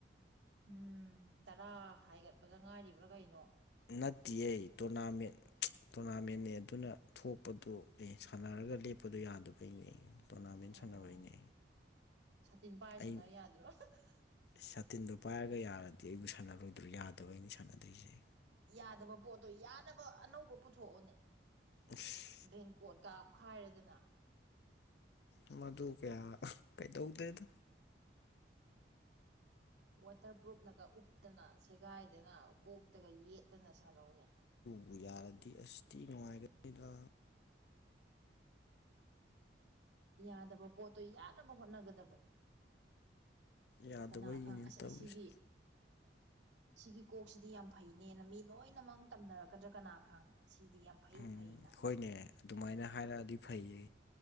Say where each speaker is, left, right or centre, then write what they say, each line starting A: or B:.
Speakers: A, on the right; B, on the left.
A: ꯎꯝ ꯇꯔꯥ ꯍꯥꯏꯒꯠꯄꯗ ꯉꯥꯏꯔꯤꯕ꯭ꯔꯥ ꯀꯩꯅꯣ
B: ꯅꯠꯇꯤꯌꯦ ꯇꯣꯔꯅꯥꯃꯦꯟ <unintelligible> ꯇꯣꯔꯅꯥꯃꯦꯟꯅꯦ ꯑꯗꯨꯅ ꯊꯣꯛꯄꯗꯣ ꯑꯦ ꯁꯥꯟꯅꯔꯒ ꯂꯦꯞꯄꯗꯣ ꯌꯥꯗꯕꯩꯅꯦ ꯑꯩ ꯇꯣꯔꯅꯥꯃꯦꯟ
A: ꯑꯣ
B: ꯁꯥꯟꯅꯕꯩꯅꯦ
A: ꯁꯥꯇꯤꯟ ꯄꯥꯏꯔ
B: ꯑꯩ
A: ꯁꯥꯅ ꯌꯥꯗ꯭ꯔꯣ <unintelligible>
B: ꯁꯥꯇꯤꯟꯗꯣ ꯄꯥꯏꯔꯒ ꯌꯥꯔꯗꯤ ꯑꯩꯕꯨ ꯁꯥꯟꯅꯔꯣꯏꯗ꯭ꯔꯣ ꯌꯥꯗꯕꯩꯅꯦ ꯁꯥꯟꯅꯗ꯭ꯔꯤꯁꯦ
A: ꯌꯥꯗꯕ ꯄꯣꯠꯇꯣ ꯌꯥꯅꯕ ꯑꯅꯧꯕ ꯄꯨꯊꯣꯑꯣꯅꯦ
B: ꯑꯁ
A: ꯔꯦꯟꯀꯣꯠ ꯀꯥꯞꯈꯥꯏꯔꯦꯗꯅ
B: ꯎꯝ ꯃꯗꯨ ꯀ꯭ꯌꯥ ꯀꯩꯗꯧꯗꯦꯗ
A: ꯋꯥꯇꯔ ꯄ꯭ꯔꯨꯞꯅꯒ ꯎꯞꯇꯅ ꯁꯦꯒꯥꯏꯗꯅ ꯀꯣꯛꯇꯒ ꯌꯦꯠꯇꯅ ꯁꯥꯟꯅꯧꯅꯦ
B: ꯄꯨ ꯌꯥꯔꯗꯤ ꯑꯁꯇꯤ ꯅꯨꯡꯉꯥꯏꯒꯅꯤꯗ
A: ꯌꯥꯗꯕ ꯄꯣꯠꯇꯣ ꯌꯥꯅꯕ ꯍꯣꯠꯅꯒꯗꯕꯅꯤ
B: ꯌꯥꯗꯕꯩꯅꯤꯅꯦ
A: ꯀꯅꯥ ꯈꯪ ꯑꯁ
B: ꯇꯧꯔꯤꯁꯦ
A: ꯑꯁꯤꯒꯤ ꯁꯤꯒꯤ ꯀꯣꯛꯁꯤꯗꯤ ꯌꯥꯝ ꯐꯩꯅꯦꯅ ꯃꯤ ꯂꯣꯏꯅꯃꯛ ꯇꯝꯅꯔꯛꯀꯗ꯭ꯔꯥ ꯀꯅꯥ ꯈꯪ ꯁꯤꯗꯤ ꯌꯥꯝ ꯐꯩ
B: ꯎꯝ
A: ꯐꯩꯅ
B: ꯍꯣꯏꯅꯦ ꯗꯨꯃꯥꯏꯅ ꯍꯥꯏꯔꯛꯑꯗꯤ ꯐꯩꯌꯦ